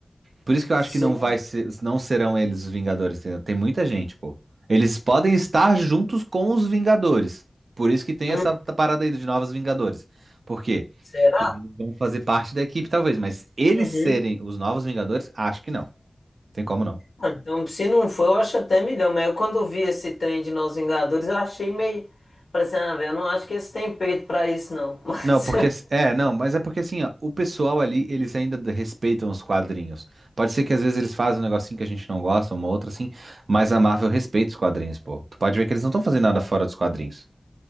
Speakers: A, on the right; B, on the left.
A: Por isso que
B: sim.
A: eu acho que não vai ser, não serão eles os Vingadores, entendeu? Tem muita gente, pô. Eles podem estar juntos com os Vingadores. Por isso que tem
B: Uhum.
A: essa parada aí de novos Vingadores. Por quê?
B: Será?
A: Porque eles vão fazer parte da equipe, talvez, mas eles
B: Uhum.
A: serem os novos Vingadores, acho que não. Tem como não.
B: Ah, Então, se não foi, eu acho até milhão. Mas eu, quando vi esse trem de Nós Vingadores, eu achei meio. Falei assim, ah, velho, eu não acho que eles têm peito pra isso, não. <laughs> Mas,
A: Não, porque. É, não, mas é porque assim, ó, o pessoal ali, eles ainda d- respeitam os quadrinhos. Pode ser que às vezes eles fazem um negocinho que a gente não gosta, uma outra assim, mas a Marvel respeita os quadrinhos, pô. Tu pode ver que eles não estão fazendo nada fora dos quadrinhos.